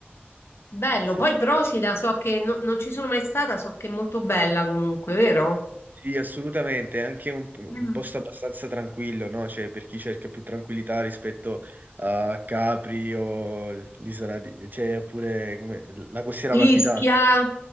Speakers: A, on the left; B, on the right.
A: Bello.
B: Sì,
A: Poi Procida, so che no- non ci sono mai stata, so che è molto bella comunque, vero?
B: Sì, assolutamente, è anche un, un
A: Mm.
B: posto abbastanza tranquillo, no? Cioè, per chi cerca più tranquillità rispetto a Capri o l'isola di... cioè, oppure come- la costiera
A: Ischia.
B: amalfitana.